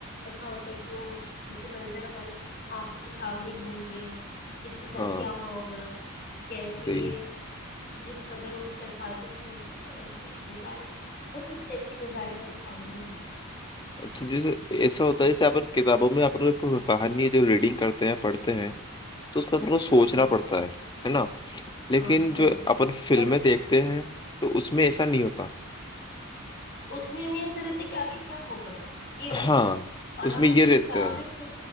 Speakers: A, on the left (about 50°); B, on the left (about 20°).
A: ایسا ہوتا ہے کہ وہ ان کے منظر ہمارے آنکھوں کے سامنے گھومتے ہیں کس کے ساتھ
B: ہاں
A: کیا ہوا ہوگا کیسے
B: صحیح
A: یہ کد <unintelligible> الفاظوں کی ہوتی ہے نا ویسے نظارے ب اس ٹیپ کی نظارے ہمارے سامنے ہوتی ہیں
B: اچھا جیسے ایسا ہوتا ہے جیسے آپ کتابوں میں اپنے کہانی جو ریڈنگ کرتے ہیں پڑھتے ہیں تو اس میں اپ کو
A: ہ
B: سوچنا
A: ہ
B: پڑتا ہے نا
A: ہاں
B: لیکن
A: ہاں
B: جو اپن فلمیں
A: بس
B: دیکھتے ہیں تو اس میں میں ایسا نہیں ہوتا
A: اس میں میں ایسے رہتے کہ آگے کیا ہوگا یہ رہتا
B: ہاں
A: ہے اور
B: اس
A: ہم
B: میں یہ
A: جو
B: رہتا
A: کتابیں
B: ہے
A: پ